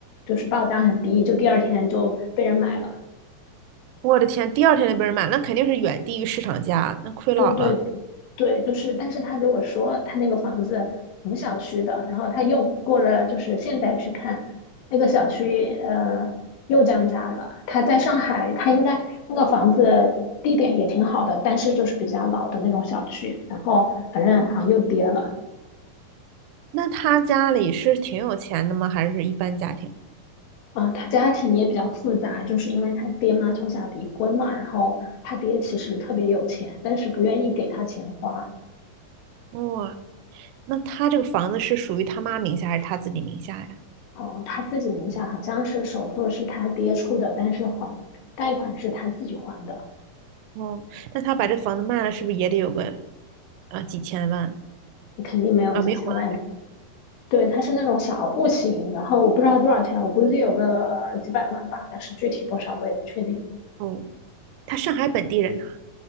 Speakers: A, on the left; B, on the right.
A: 就是报价很低，就第二天就被人买了。
B: 我的天，第二天就被人买，那肯定是远低于市场价，那亏老了。
A: 对对对，就是，但是他给我说，他那个房子同小区的，然后他又过了，就是现在去看那个小区，呃，又降价了。他在上海，他应该那个房子地点也挺好的，但是就是比较老的那种小区，然后反正好像又跌了。
B: 那他家里是挺有钱的吗？还是一般家庭？
A: 啊、他家庭也比较复杂，就是因为他爹妈从小离婚嘛，然后他爹其实特别有钱，但是不愿意给他钱花。
B: 哇、那他这个房子是属于他妈名下还是他自己名下呀？
A: 哦，他自己名下好像是首付是他爹出的，但是还贷款是他自己还的，
B: 哦，那他把这房子卖了，是不是也得有个啊几千万
A: 肯定没有几千万的。
B: 啊？没有啊？
A: 对，他是那种小户型，然后我不知道多少钱，我估计有个呃几百万吧，但是具体多少我也不确定。
B: 哦，他上海本地人呐、